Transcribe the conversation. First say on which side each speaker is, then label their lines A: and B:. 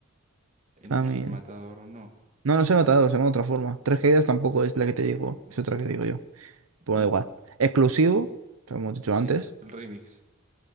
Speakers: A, on the right; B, on the right.
A: Eh,
B: Familia.
A: No es el matador, no.
B: No, no se ha notado, se llama de otra forma. Tres Caídas tampoco es la que te digo.
A: Mm,
B: Es otra que digo yo. Pues
A: mm,
B: da igual. Exclusivo, te lo hemos dicho antes.
A: Sí, el remix.